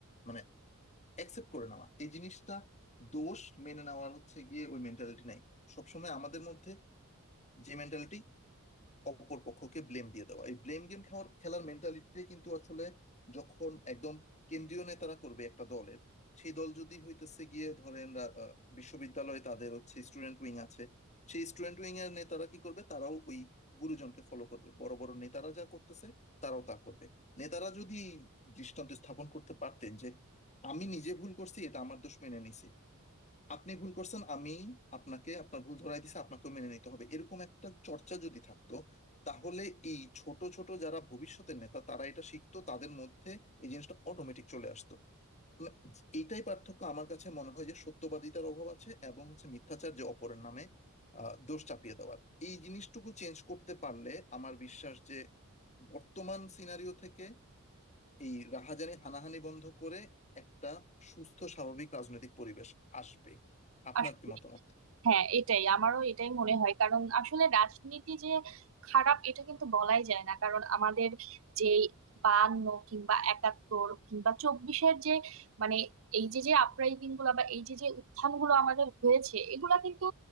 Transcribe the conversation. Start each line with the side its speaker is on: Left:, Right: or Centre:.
Left: মানে অ্যাকসেপ্ট করে নেওয়া এই জিনিসটা দোষ মেনে নেওয়ার হচ্ছে গিয়ে ওই মেন্টালিটি নাই সবসময় আমাদের মধ্যে যে মেন্টালিটি অপর পক্ষকে ব্লেম দিয়ে দেওয়া এই ব্লেম গেম খেলার খেলার মেন্টালিটিটাই কিন্তু আসলে যখন একদম কেন্দ্রীয় নেতারা করবে একটা দলের সেই দল যদি হইতেছে গিয়ে ধরেন রা- আহ, বিশ্ববিদ্যালয়ে তাদের হচ্ছে স্টুডেন্ট উইং আছে সেই স্টুডেন্ট উইং এর নেতারা কি করবে তারাও ওই গুরুজনকে ফলো করবে বড় বড় নেতারা যা করতেছে তারাও তা করবে নেতারা যদি দৃষ্টান্ত স্থাপন করতে পারতেন যে আমি নিজে ভুল করছি এটা আমার দোষ মেনে নিছি আপনি ভুল করছেন আমি আপনাকে আপনার ভুল ধরাই দিছি আপনাকেও মেনে নিতে হবে এরকম একটা চর্চা যদি থাকতো তাহলে এই ছোট ছোট যারা ভবিষ্যতের নেতা তারা এটা শিখতো তাদের মধ্যে এই জিনিসটা অটোমেটিক চলে আসতো মানে এইটাই পার্থক্য আমার কাছে মনে হয় যে সত্যবাদিতার অভাব আছে এবং হচ্ছে মিথ্যাচার যে অপরের নামে আহ, দোষ চাপিয়ে দেওয়ার এই জিনিসটুকু চেঞ্জ করতে পারলে আমার বিশ্বাস যে বর্তমান সিনারিও থেকে এই রাহাজানি হানাহানি বন্ধ করে একটা সুস্থ স্বাভাবিক রাজনৈতিক পরিবেশ আসবে আপনার
Right: আসলে
Left: কি মতামত
Right: হ্যাঁ এটাই আমারও এটাই মনে হয় কারণ আসলে রাজনীতি যে খারাপ এটা কিন্তু বলাই যায় না কারণ আমাদের যে বায়ান্ন কিংবা একাত্তর কিংবা চব্বিশের যে মানে এই যে যে আপরাইজিং গুলো বা এই যে যে উত্থান গুলো আমাদের হয়েছে এগুলা কিন্তু